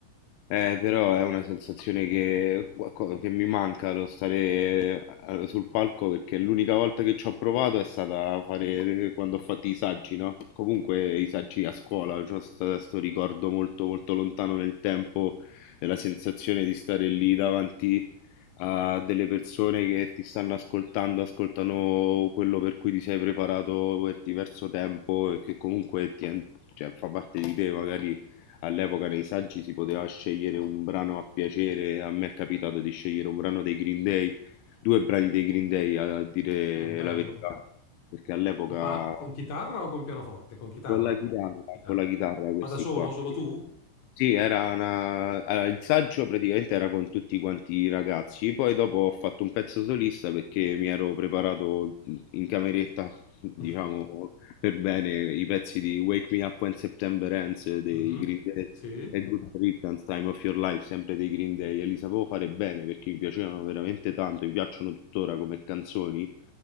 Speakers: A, on the left; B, on the left.
A: Eh, però è una sensazione che, qualco- che mi manca lo stare eh, sul palco perché l'unica volta che ci ho provato è stata a fare quando ho fatto i saggi, no? Comunque i saggi a scuola, c'ho questo ricordo molto molto lontano nel tempo della sensazione di stare lì davanti a delle persone che ti stanno ascoltando, ascoltano quello per cui ti sei preparato per diverso tempo e che comunque ti, en- cioè, fa parte di te, magari All'epoca nei saggi si poteva scegliere un brano a piacere, a me è capitato di scegliere un brano dei Green Day, due brani dei Green Day a dire
B: Mm, bello.
A: la verità, perché all'epoca
B: Ma con chitarra o con pianoforte? Con chitarra.
A: con la chitarra,
B: Chitarra.
A: con la chitarra questi
B: Ma da solo?
A: qua.
B: Solo
A: sì.
B: tu?
A: Sì, era una allora, il saggio praticamente era con tutti quanti i ragazzi, poi dopo ho fatto un pezzo solista perché mi ero preparato in cameretta, diciamo,
B: <laughs>
A: per bene i pezzi di Wake Me Up When September Ends dei
B: Mhm,
A: Green Day
B: Sì,
A: e Good Riddance Time of Your Life, sempre dei Green Day, e li sapevo fare bene perché mi piacevano veramente tanto, mi piacciono tuttora come canzoni